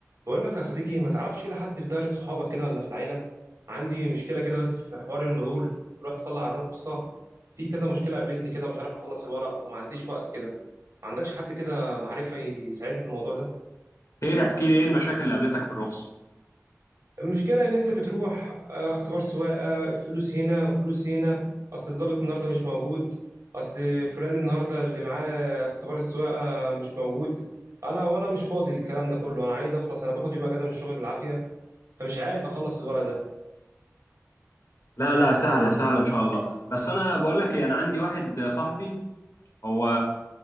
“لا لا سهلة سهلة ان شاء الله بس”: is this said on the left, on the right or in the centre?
Left